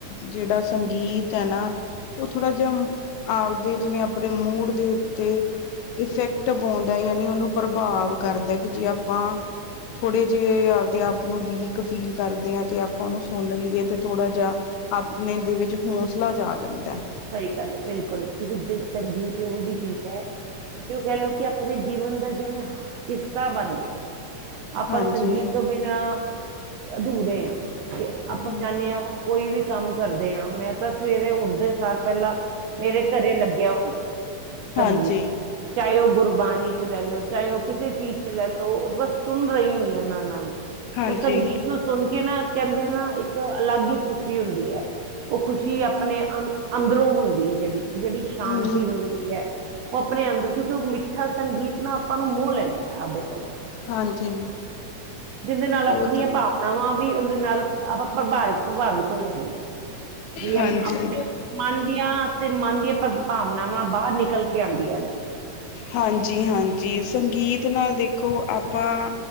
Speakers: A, on the left; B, on the right.
A: ਜਿਹੜਾ ਸੰਗੀਤ ਹੈ ਨਾ ਉਹ ਥੋੜਾ ਆਪਦੇ ਜਿਵੇਂ ਆਪਣੇ ਮੂਡ ਦੇ ਉੱਤੇ ਇਫੈਕਟ ਪਾਉਂਦਾ ਯਾਨੀ ਉਹਨੂੰ ਪ੍ਰਭਾਵ ਕਰਦਾ ਕਿ ਜੇ ਆਪਾਂ ਥੋੜ੍ਹੇ ਜਿਹੇ ਆਪਦੇ-ਆਪ ਨੂੰ ਵੀਕ ਫੀਲ ਕਰਦੇ ਹਾਂ। ਤੇ ਆਪਾਂ ਉਹਨੂੰ ਸੁਨ ਲਈਏ ਤੇ ਥੋੜਾ ਜਿਹਾ ਆਪਣੇ ਦੇ ਵਿੱਚ ਹੌਸਲਾ ਜਾ ਆ ਜਾਂਦਾ ਜਾ।
B: ਸਹੀ ਗੱਲ ਹੈ ਬਿਲਕੁਲ, ਕਿਉਂਕਿ ਜ ਸੰਗੀਤ ਇਹੋ ਜਿਹੀ ਚੀਜ਼ ਹੈ ਜੋ ਕਹਿ ਲਓ ਕਿ ਆਪਦੇ ਜੀਵਨ ਦਾ ਜਿਵੇਂ ਹਿੱਸਾ ਬਣ ਗਿਆ ਆਪਾਂ
A: ਹਾਂਜੀ
B: ਸੰਗੀਤ ਤੋਂ ਬਿਨਾਂ ਅਧੂਰੇ ਆ। ਤੇ ਆਪਾਂ
A: ਹੂੰ।
B: ਚਾਹੁੰਦੇ ਹਾਂ ਕੋਈ ਵੀ ਕੰਮ ਕਰਦੇ ਹਾਂ, ਮੈਂ ਤਾਂ ਸਵੇਰੇ ਉੱਠਦੇ ਸਾਰ ਲਾ, ਮੇਰੇ ਘਰੇ ਲੱਗਿਆ ਸੰਗੀਤ
A: ਹਾਂਜੀ ਹਾਂਜੀ।
B: ਚਾਹੇ ਉਹ ਗੁਰਬਾਣੀ ਚ ਲੈ ਲਓ, ਚਾਹੇ ਉਹ ਕਿਸੇ ਚੀਜ਼ ਚ ਲੈ ਲਓ ਉਹ ਬਸ ਸੁਣ ਰਹੀ ਹੁੰਦੀ ਹਾਂ ਮੈਂ ਉਹਨਾਂ ਨੂੰ।
A: ਹਾਂਜੀ
B: ਉਹ ਸੰਗੀਤ ਨੂੰ ਸੁਣ ਕੇ ਨਾ ਕਹਿੰਦੇ ਨਾ ਇੱਕ ਅਲੱਗ ਹੀ ਖ਼ੁਸ਼ੀ ਹੁੰਦੀ ਹੈ। ਉਹ ਖੁਸ਼ੀ ਆਪਣੇ ਅ ਅੰਦਰੋਂ ਹੁੰਦੀ ਹੈ ਜਿਹੜੀ-ਜਿਹੜੀ ਸ਼ਾਂਤੀ
A: ਹੂੰ
B: ਮਿਲਦੀ ਹੈ, ਉਹ ਆਪਣੇ ਅੰਦਰ ਕਿਉਂਕਿ ਉਹ ਮਿੱਠਾ ਸੰਗੀਤ ਨਾ ਆਪਾਂ ਨੂੰ ਮੋਹ ਲੈਂਦਾ ਹੈ ਆਪਦੇ ਕੋਲੋਂ।
A: ਹਾਂਜੀ
B: ਜਿੰਹਦੇ ਨਾਲ
A: ਉਹ
B: ਆਪਣੀਆਂ
A: ਤਾਂ
B: ਭਾਵਨਾਵਾਂ ਵੀ ਉਹਦੇ ਨਾਲ ਆਪਾਂ ਪ੍ਰਭਾਵ-ਪ੍ਰਭਾਵਿਤ ਹੋ ਜਾਂਦੀ ਹੈ ਜਿੜ
A: ਹਾਂਜੀ।
B: ਆਪਣੇ ਮਨ ਦੀਆਂ ਤੇ ਮਨ ਦੀਆਂ ਪਰ ਭਾਵਨਾਵਾਂ ਬਾਹਰ ਨਿਕਲ ਕੇ ਆਉਂਦੀਆਂ ਨੇ।
A: ਹਾਂਜੀ-ਹਾਂਜੀ, ਸੰਗੀਤ ਨਾਲ ਦੇਖੋ ਆਪਾਂ